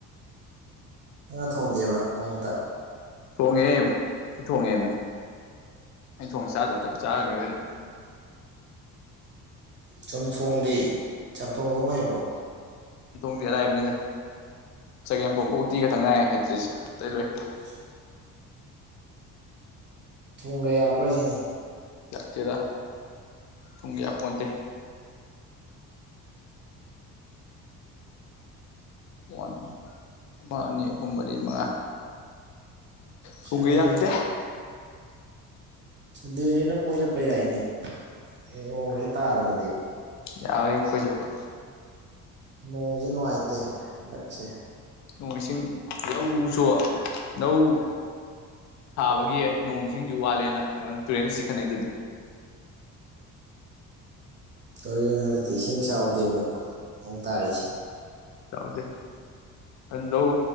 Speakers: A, on the right; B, on the left.
A: ꯅꯪꯅ ꯊꯣꯡꯗꯦꯕ ꯅꯣꯡꯃꯇ
B: ꯊꯣꯡꯉꯦ ꯊꯣꯡꯉꯦ ꯗꯨꯗꯤ ꯑꯩꯩꯅ ꯊꯣꯡ ꯆꯥꯗꯗꯤ ꯇꯞ ꯆꯥꯒꯤꯔꯣꯏꯅ
A: ꯆꯝꯊꯣꯡꯗꯤ ꯆꯝꯊꯣꯡꯗꯧ ꯍꯩꯕ꯭ꯔꯣ
B: ꯊꯣꯡꯗꯤ ꯑꯔꯥꯏꯕꯅꯤꯗ ꯆꯒꯦꯝꯄꯣꯝ ꯎꯇꯤꯒ ꯇꯪ ꯉꯥꯏ ꯍꯩꯇ꯭ꯔꯤꯁꯦ ꯇꯩꯔꯣꯏ
A: <inaudible> ꯊꯨꯝꯒ ꯌꯥꯛꯄ꯭ꯔꯁꯤꯅꯦ
B: ꯌꯥꯛꯇꯦꯗ ꯊꯨꯝꯒ ꯌꯥꯛꯄꯣꯟꯇꯦ ꯋꯥꯟ ꯑꯃ ꯑꯅꯤ ꯑꯍꯨꯝ ꯃꯔꯤ ꯃꯉꯥ
A: ꯁꯟꯗꯦ
B: ꯊꯨꯝꯒ ꯌꯥꯥꯛꯇꯦ
A: ꯁꯟꯗꯦꯅꯤꯅ ꯀꯣꯏ ꯆꯠꯄ ꯌꯥꯏꯅꯦ ꯅꯣꯡꯖꯦ ꯇꯥꯗ꯭ꯔꯗꯤ
B: ꯌꯥꯏ ꯀꯣꯏ ꯆꯠꯄ
A: ꯅꯣꯡꯖꯦ ꯅꯨꯡꯉꯥꯏꯇꯦ ꯍꯟꯗꯛꯁꯦ
B: ꯅꯣꯡ ꯏꯁꯤꯡ ꯂꯧꯁꯨ ꯂꯧ ꯊꯥꯕꯒꯤ ꯅꯣꯡ ꯁꯤꯡꯁꯨ ꯋꯥꯠꯂꯦꯅ ꯀꯩꯅꯣ ꯇꯨꯔꯦꯟꯗꯩ ꯆꯤꯈꯠꯅꯩ ꯗꯨꯗꯤ
A: ꯇꯨꯔꯦꯟ ꯍꯟꯗꯛꯇꯤ ꯏꯁꯤꯡ ꯆꯥꯎꯗꯦꯕ ꯅꯣꯡ ꯇꯥꯔꯤꯁꯦ
B: ꯆꯥꯎꯗꯦ ꯑꯗꯨ ꯂꯧ